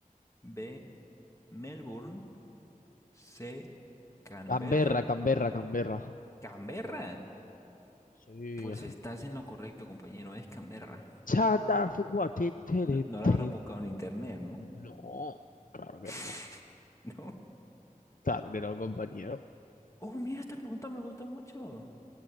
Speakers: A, on the left (about 20°); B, on the left (about 70°).
A: B. Melbourne, C, Canberra.
B: Canberra, Canberra, Canberra.
A: ¿Canberra?
B: Sí.
A: Pues estás en lo correcto, compañero, es Canberra.
B: Chandar Fuqua, tin, tin,
A: No, no la
B: tin.
A: habrás buscado en internet, ¿no?
B: No, claro que
A: <laughs>
B: no.
A: ¿No?
B: Claro que no, compañero.
A: Oh, mira, esta pregunta me gusta mucho.